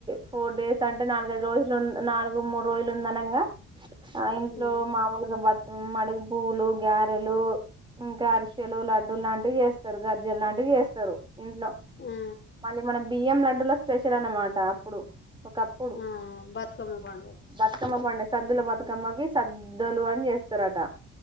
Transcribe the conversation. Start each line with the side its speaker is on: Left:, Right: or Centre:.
Right: ఫోర్ డేస్ అంటే నాలుగైదు రోజులు, నాలుగు, మూడు రోజులు ఉంది. అనంగా ఆ ఇంట్లో
Left: ఉమ్
Right: మామూలుగా బట్ మడుగు పువ్లు గారెలు ఇంకా అరిస్ చెలువు లడ్డూ లాంటివి చేస్తరు గజ్జెలు లాంటివి చేస్తరు ఇంట్లో
Left: ఆ
Right: మళ్ళీ మనం బియ్యం లడ్డూలో స్పెషల్ అనమాట అప్పుడు ఒకప్పుడు
Left: ఆ బతుకమ్మ పండుగ
Right: బతుకమ్మ పండుగ సద్దుల బతుకమ్మకి సద్దలు అని చేస్తారట